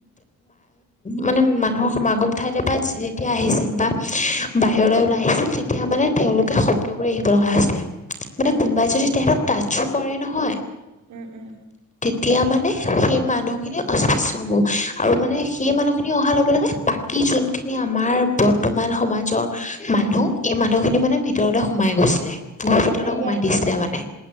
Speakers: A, on the left (about 25°); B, on the right (about 75°).
A: মানে মানুহৰ সমাগম ঠাইলৈ বা যেতিয়া আহিছিল বা বাহিৰলৈ ওলাই আহিছিল তেতিয়া মানে তেওঁলোকে শব্দ কৰি আহিব লগা হৈছিলে। মানে
B: উম
A: কোনোবাই
B: উম উম
A: যদি তেহেতক তাচ, চুকৰে নহয়,
B: উম উম
A: এতিয়া মানে, সেই মানুহখিনি অস্পৃশ্য হব আৰু মানে সেই মানুহ খিনি অহাৰ লগে লগে বাকী যোনখিনি আমাৰ বৰ্তমান সমাজৰ মানুহ এই মানুহখিনি মানে ভিতৰলে সোমাই গৈছিলে। ঘৰৰ
B: মানে
A: ভিতৰলৈ
B: এতিয়া
A: সোমাই দিছিলে
B: অ
A: মানে